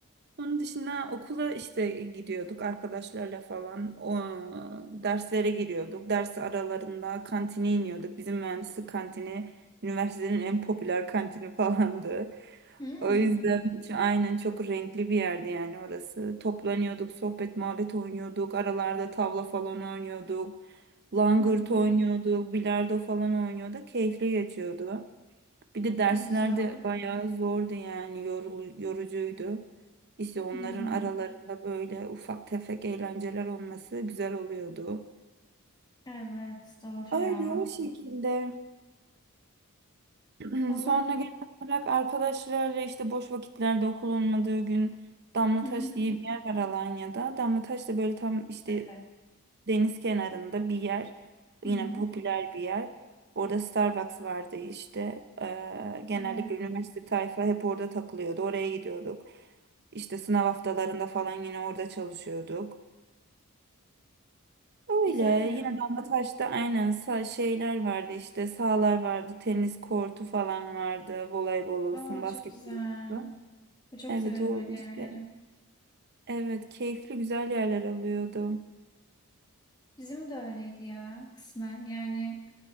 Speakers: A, on the right; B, on the left.
A: Onun dışında okula işte gidiyorduk arkadaşlarla falan. O, derslere giriyorduk. Ders aralarında kantine iniyorduk. Bizim mühendislik kantini üniversitenin en popüler kantini <laughs> falandı.
B: Hmm.
A: O yüzden ç- aynen çok renkli bir yerdi yani orası. Toplanıyorduk, sohbet muhabbet oynuyorduk. Aralarda tavla falan oynuyorduk. Langırt
B: Hı hı.
A: oynuyorduk, bilardo falan oynuyorduk. Keyifli geçiyordu. Bir de dersler
B: Güzel.
A: de bayağı zordu yani yorul- yorucuydu. İşte onların
B: Hmm.
A: aralarında böyle ufak tefek eğlenceler olması güzel oluyordu.
B: Evet doğru
A: Öyle
B: ya.
A: o şekilde. <clears throat>
B: Valla
A: Sonra genel olarak arkadaşlarla işte boş vakitlerde okul olmadığı gün Damlataş
B: Hı
A: diye
B: hı.
A: bir yer var Alanya'da. Damlataş da böyle tam işte
B: evet.
A: deniz kenarında bir yer.
B: Hı
A: Yine
B: hı.
A: popüler bir yer. Orada Starbucks vardı işte. Ee, genellikle
B: Evet.
A: üniversite tayfa hep orada takılıyordu. Oraya gidiyorduk. İşte sınav haftalarında falan yine orada çalışıyorduk. Öyle
B: Güzel ya.
A: yine Damlataş'ta aynen sa- şeyler vardı işte sahalar vardı tenis kortu falan vardı voleybol olsun
B: Aa,
A: basketbol
B: çok güzel.
A: olsun.
B: Çok
A: Evet
B: severim
A: o
B: öyle
A: işte
B: yerleri.
A: evet keyifli güzel yerler alıyordu.
B: Bizim de öyleydi ya kısmen. Yani